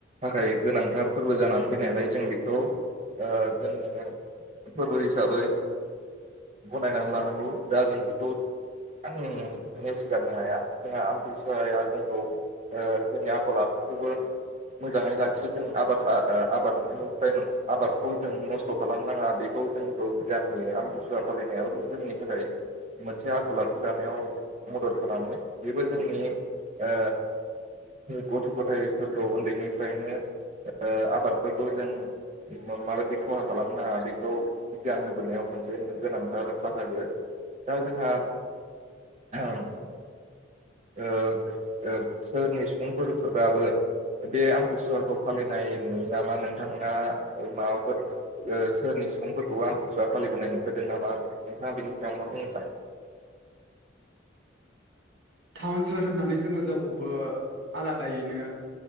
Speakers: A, on the right; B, on the right.
A: थाखाय गोनांथार फोरबो जानानै फैनायलाय जों बेखौ ओ जोंनिनो फोरबो हिसाबै गनायनानै लानांगौ दा जों बेखौ आं नेवसिगारनो हाया जोंहा आमतिसुवाया जोंखौ ओ जोंनि आखल आखु खौबो मोजाङै लाखियो जों आबाद आबादनिफ्राय आबादखौ जों नस्थ' खालामनाङा बेखौ जोंखौ गियान होयो आमतिसुवा फालिनायाबो जोंनि थाखाय मोनसे आखल आखु दानायाव मदद खालामो बेबो जोंनि ओ गथ' गथायफोरखौ उन्दैनिफ्रायनो ओ आबादफोरखौ जों माबायदि खहा खालामनाङा बेखौ गियान होबोनायाव मोनसे गोनांथार बाहागो। दा जोंहा ओ ओ सोरनि सुबुंफोरफोराबो बे आमथिसुवाखौ फालिनाय नुयो नामा नोंथाङा माबाफोर ओ सोर सुबुंफोरखौबो आमथिसुआ फालिबोनाय नुफेरदों नामा नोंथाङा बिनि सायाव मा बुं औ
B: टाउन सोहोर होननानै जोङो जावखौबो आलादायैनो